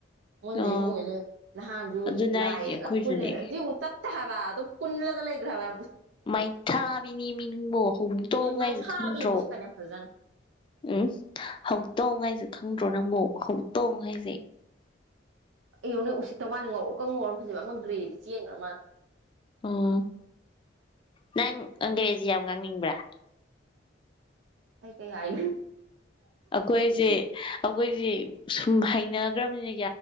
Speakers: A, on the right; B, on the left.
A: ꯃꯣꯏ ꯃꯌꯨꯝ
B: ꯑꯣ
A: ꯑꯣꯏꯅꯦ ꯅꯍꯥꯟꯁꯨ
B: ꯑꯗꯨꯅꯦ
A: ꯂꯥꯏꯗ
B: ꯍꯥꯏꯁꯦ ꯑꯩꯈꯣꯏꯁꯨꯅꯦ
A: ꯄꯨ ꯄꯨꯜꯂꯦꯕ ꯑ ꯑꯃꯨꯛꯇ ꯍꯥꯕ ꯑꯗꯨꯝ ꯀꯟꯂꯒ ꯂꯩꯒ꯭ꯔꯕ
B: ꯃꯥꯏꯊꯥꯕꯤꯅꯤ ꯃꯤ ꯅꯕꯣ ꯍꯧꯗꯣꯡ
A: ꯑꯦ
B: ꯉꯥꯏꯖ
A: ꯃꯩꯈꯥꯕꯤ
B: ꯈꯪꯗ꯭ꯔꯣ
A: ꯃꯁꯛꯀꯗꯤ ꯌꯥꯝ ꯐꯖꯥꯠꯅꯤ
B: ꯎꯝ ꯍꯧꯗꯣꯡ ꯉꯥꯏꯖ ꯈꯪꯗ꯭ꯔꯣ ꯅꯪꯕꯣ ꯍꯧ ꯇꯣꯡ ꯍꯥꯏꯁꯦ
A: ꯑꯩꯌꯧꯅꯛ ꯎꯁꯤꯠꯇ ꯋꯥꯅ ꯉꯧꯔꯛ ꯀꯪ ꯉꯧꯔ ꯐꯖꯕ ꯑꯃ ꯒ꯭ꯔꯦꯗꯤ ꯆꯦꯟꯈ꯭ꯔ ꯃꯥꯜꯦ
B: ꯎꯝ ꯅꯪ ꯑꯪꯒ꯭ꯔꯦꯖꯤ ꯌꯥꯝ ꯉꯥꯡꯅꯤꯡꯕ꯭ꯔꯥ
A: ꯀꯥꯏ ꯀꯩ ꯍꯥꯏ
B: ꯑꯩꯈꯣꯏꯁꯦ ꯑꯩꯈꯣꯏꯁꯦ ꯁ ꯍꯩꯅꯈ꯭ꯔꯕꯅꯤ